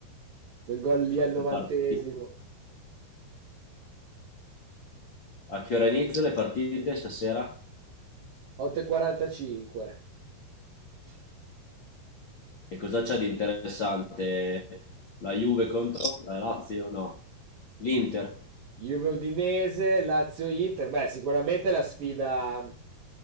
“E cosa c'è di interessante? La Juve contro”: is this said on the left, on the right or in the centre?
Left